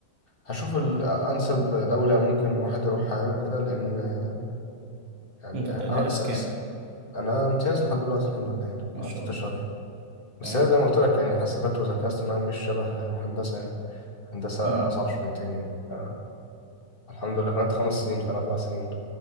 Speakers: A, on the left (about 30°); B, on the right (about 70°).
A: هشوف الأنسب دولة ممكن الواحد يروحها يعني كده لأن يعني
B: انت تقديرك
A: أ- أ- لسه
B: كام
A: لسه انا امتياز لحد دلوقتي الحمد لله يعني
B: ان
A: ما
B: شاء
A: عرفتش
B: الله
A: الشرف بس
B: تمام
A: هي زي ما قلت لك يعني حاسبات وذكاء اصطناعي مش شبه هندسه يعني هندسه
B: مم.
A: اصعب شويتين يعني ف- الحمد لله كانت خمس سنين فانا اربع سنين